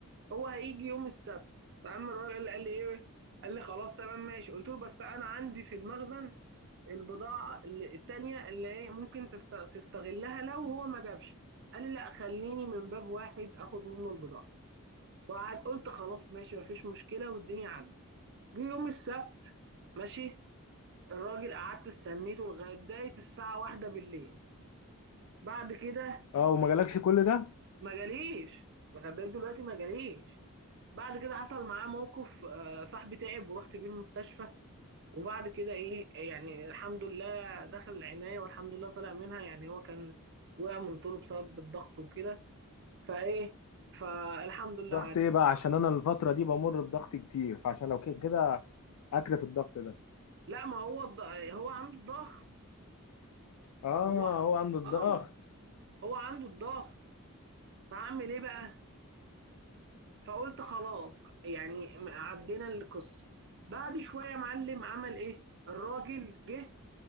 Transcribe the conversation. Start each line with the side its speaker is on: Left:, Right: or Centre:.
Right: هو هيجي يوم السبت فقام الراجل قال لي ايه قال لي خلاص تمام ماشي قلت له بس انا عندي في المخزن البضاعة اللي- التانية اللي ايه ممكن تست- تستغلها لو هو ما جابش قال لي لا خليني من باب واحد اخد منه البضاعة وقعد قلت خلاص ماشي مفيش مشكلة والدنيا عدت جه يوم السبت ماشي الراجل قعدت استنيته لغايه داية الساعه واحدة بالليل بعد كده
Left: اه وما جالكش كل ده
Right: ما جاليش لغايه داية دلوقتي ما جاليش بعد كده حصل معاه موقف آه، صاحبي تعب ورحت بيه المستشفى وبعد كده ايه يعني الحمد لله دخل العناية والحمد لله طلع منها يعني هو كان وقع من طوله بسبب الضغط وكده فايه فالحمد لله
Left: ضغط
Right: عدى
Left: ايه بقى عشان انا الفترة دي بمر بضغط كتير فعشان لو كده كده اكرف الضغط ده
Right: لا ما هو الض... هو عنده الضغط
Left: اه
Right: هو
Left: هو عنده الضغط
Right: اه هو عنده الضغط فعمل ايه بقى فقلت خلاص يعني عدينا القصه بعد شويه يا معلم عمل ايه الراجل جه